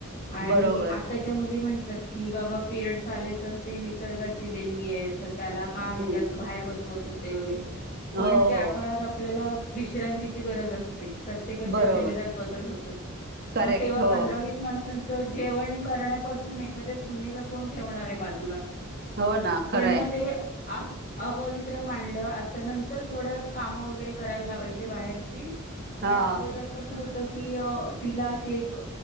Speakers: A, on the left; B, on the right.
A: आणि
B: बरोबर
A: आताच्या मुली म्हण -- तात की बाबा पिरयड्स आले तर ते निसर्गाची देणगीये तर त्याला का
B: हम्म
A: म्हणजे असं बाहेर बसवत होते वगैरे पण
B: हो
A: त्या
B: हो
A: काळात आपल्याला -- विश्रांतीची गरज असते. प्रत्येकाच्या
B: बरोबर
A: शरीरात बदल होत
B: करेक्ट
A: मं तेव्हा
B: हो
A: पंधरा वीस माणसं सांच जेवण करण्यापासून एखाद्या सुनेला कोण ठेवणार हे बाजूला -
B: हो ना खरंय
A: पण मग ते आ अपवित्र माण ल आता नंतर थोडं कामं वगैरे करायला लावायचे बाहेरची. पण
B: हा
A: अगोदर कस होत तिला अशी एक